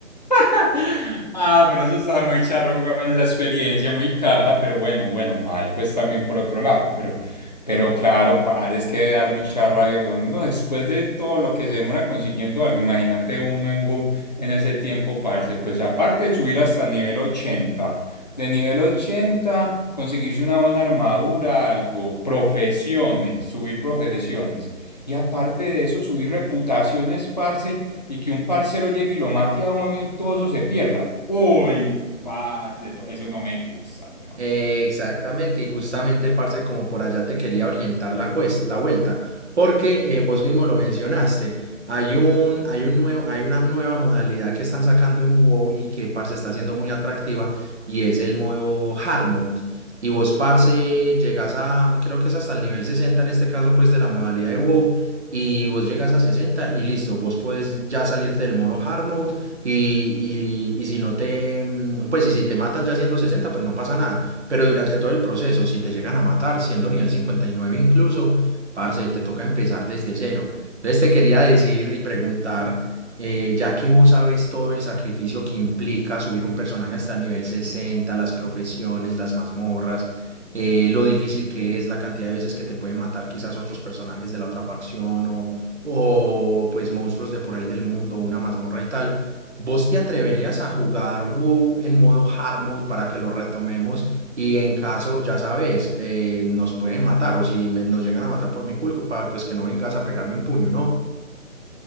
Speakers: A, on the left (about 35°); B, on the right (about 60°).
A: <laughs> Ah, pero eso está muy charro, weón, esa experiencia muy caja, pero bueno, bueno, mal, pues también por otro lado, pero, pero claro, padre, es que de dar mucha rabia, weón, uno después de todo lo que se demora consiguiendo algo, imagínate uno en WoW en ese tiempo, parce, pues aparte de subir hasta nivel 80, de nivel 80 conseguirse una buena armadura, algo, profesiones, subir profesiones, y aparte de eso, subir reputaciones, parce, y que un parcero llegue y lo mate a uno y todo eso se pierda. Uy, parce, eso, eso no me gusta, weón.
B: Eh, Exactamente, y justamente, parce, como por allá te quería orientar la cues- la vuelta, porque eh, vos mismo lo mencionaste, hay un, hay un nuevo, hay una nueva modalidad que están sacando en WoW y que, parce, está siendo muy atractiva y es el modo Hard Mode. Y vos, parce, llegas a, creo que es hasta el nivel 60 en este caso, pues, de la modalidad de WoW, y vos llegas a 60 y listo, vos puedes ya salirte del modo Hard Mode y, y, y si no te, mm, pues, y si te matan ya siendo sesenta pues no pasa nada pero durante todo el proceso, si te llegan a matar, siendo nivel 59 incluso, parce, te toca empezar desde cero. Entonces te quería decir y preguntar, eh, ya que vos sabes todo el sacrificio que implica subir un personaje hasta nivel sesenta las profesiones, las mazmorras, eh, lo difícil que es, la cantidad de veces que te pueden matar quizás otros personajes de la otra facción o, o pues monstruos de por ahí del mundo, una mazmorra y tal. ¿Vos te atreverías a jugar WoW en modo hard mode para que lo retomemos? Y en caso, ya sabes, eh, nos pueden matar o si me- nos llegan a matar por mi culpa, pues que no vengas a pegarme un puño, ¿no?